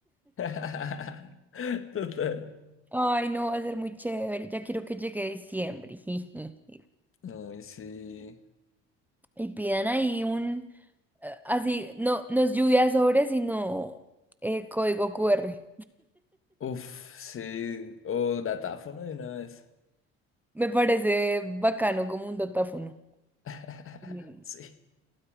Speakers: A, on the left; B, in the centre.
A: <laughs> Total.
B: Ay, no, va a ser muy chévere. Ya quiero que llegue diciembre. <laughs>
A: no y sí.
B: Y pidan ahí un, eh, así, no, no es lluvia de sobre, sino eh, código QR.
A: Uf, sí. O datáfono de una vez.
B: Me parece bacano como un datáfono.
A: <laughs>
B: Mm.
A: Sí.